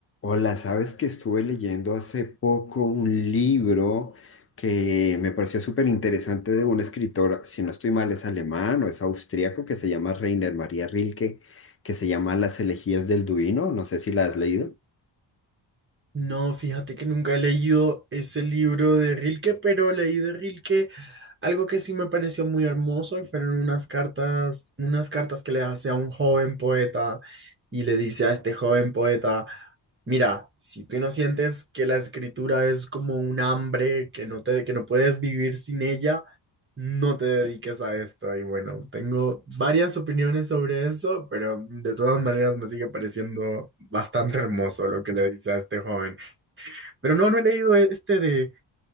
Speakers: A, on the left; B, on the right.
A: Hola, sabes que estuve leyendo hace poco un libro que me pareció súper interesante de un escritor, si no estoy mal, es alemán o es austríaco, que se llama Reiner María Rilke, que se llama Las elegías del Duino, no sé si la has leído.
B: No, fíjate que nunca he leído ese libro de Rilke, pero leí de Rilke algo que sí me pareció muy hermoso y fueron unas cartas, unas cartas que le hace a un joven poeta y le dice a este joven poeta, mira, si tú no sientes que la escritura es como un hambre, que no te, que no puedes vivir sin ella, no te dediques a esto. Y bueno, tengo varias opiniones sobre eso, pero de todas maneras me sigue pareciendo Bastante hermoso lo que le dice a este joven. Pero no, no he leído este de,